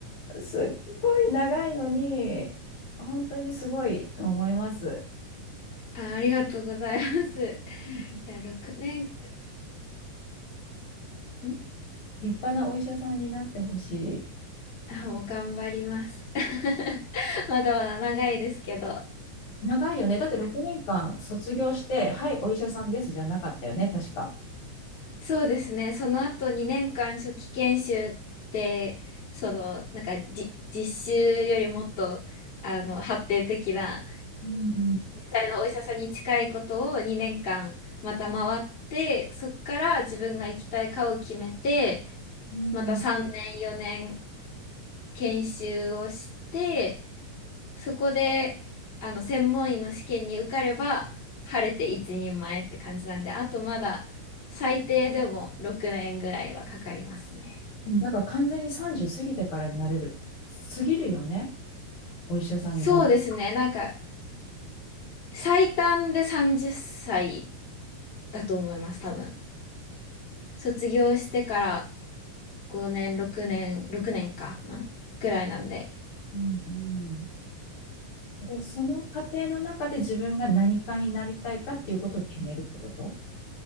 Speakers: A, on the left; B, on the left.
A: すっごい長いのに、本当にすごいと思います。
B: あ、ありがとうございます。
A: うん
B: いや、6年間、ん
A: 立派なお医者さんになってほしい。立派なお医者さんになってほしい。
B: あ、もう頑張ります。<laughs> まだまだ長いですけど。
A: 長いよね。だって6年間卒業して、はい、お医者さんですじゃなかったよね、確か。
B: そうですね。その後2年間初期研修で、その、なんかじ、実習よりもっと、あの、発展的な
A: うん、
B: 実際のお医者さんに近いことを2年間また回ってそこから自分が行きたい科を決めて
A: うん
B: また3年4年研修をしてそこであの専門医の試験に受かれば晴れて一人前って感じなんであとまだ最低でも6年ぐらいはかかりますね。
A: うんだから完全に30過ぎてからになれる、過ぎるよね、お医者さんになれる。
B: そうですねなんか最短で30歳だと思います多分。卒業してから5年、6年、6年かなぐらいなんで。
A: うんうんで、その過程の中で自分が何かになりたいかっていうことを決めるってこと